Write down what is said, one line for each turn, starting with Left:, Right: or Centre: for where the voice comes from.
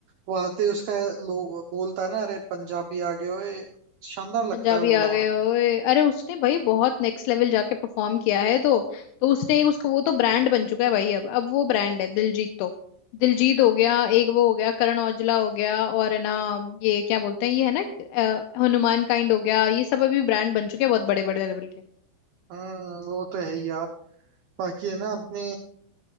Right: वो आते ही उसका लोग बोलता है ना अरे पंजाबी आ गए ओए शानदार लगता
Left: पंजाबी
Right: है वो बुलावा
Left: आ गए ओए अरे उसने भाई बहुत नेक्स्ट लेवल जाके परफॉर्म किया है तो तो उसने उसको वो तो ब्रांड बन चुका है भाई अब अब वो ब्रांड है दिलजीत तो दिलजीत हो गया एक वो हो गया करण औजला हो गया और है ना ये क्या बोलते हैं ये है ना अ, हनुमान काइंड हो गया ये सब अभी ब्रांड बन चुके हैं बहुत बड़े बड़े लेवल के
Right: हम्म वो तो है ही यार बाकी है ना अपने